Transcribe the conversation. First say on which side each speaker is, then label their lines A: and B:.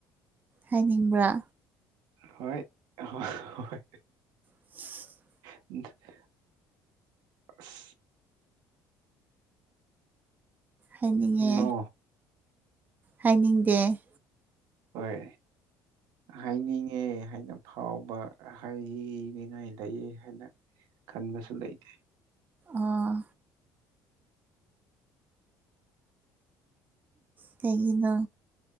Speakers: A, on the right; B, on the right.
A: ꯍꯥꯏꯅꯤꯡꯕ꯭ꯔꯥ
B: ꯍꯣꯏ ꯍꯣ ꯍꯣꯏ
A: <inaudible>
B: <inaudible> ꯑꯁ
A: ꯍꯥꯏꯅꯤꯡꯉꯦ
B: ꯅꯣ
A: ꯍꯥꯏꯅꯤꯡꯗꯦ
B: ꯍꯣꯏ ꯍꯥꯏꯅꯤꯡ ꯉꯦ ꯍꯥꯏꯅ ꯐꯥꯎꯕ ꯍꯥꯏꯌꯤꯅꯤꯉꯥꯏ ꯂꯩꯌꯦ ꯍꯥꯏꯅ ꯈꯟꯕꯁꯨ ꯂꯩꯇꯦ
A: ꯑꯥ ꯀꯩꯒꯤꯅꯣ